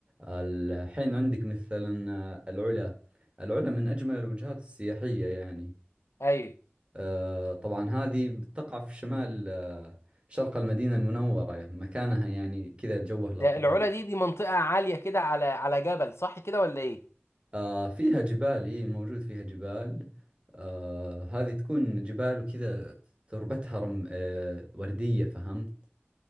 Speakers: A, on the right; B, on the left.
A: الحين عندك مثلا آه، العلا العلا من أجمل الوجهات السياحية يعني
B: ايوه
A: آه، طبعا هذه تقع في شمال آه، شرق المدينة المنورة مكانها يعني كذا جوه
B: ده
A: لطيف
B: العلا دي دي منطقه عاليه كده على على جبل صح كده ولا ايه
A: آه فيها جبال إيه موجود فيها جبال آه هذه تكون جبال وكذا تربتها رم آه وردية فهمت